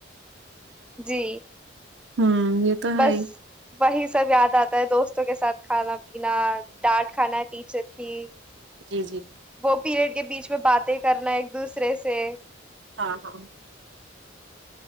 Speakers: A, in the centre; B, on the right.
A: جی
B: ہاں یہ تو ہے
A: بس
B: ہی
A: وہی سب یاد آتا ہے دوستوں کے ساتھ کھانا پینا ڈانٹ کھانا ٹیچر کی
B: جی جی
A: وہ پیریڈ کے بیچ میں باتیں کرنا ایک دوسرے سے
B: ہاں ہاں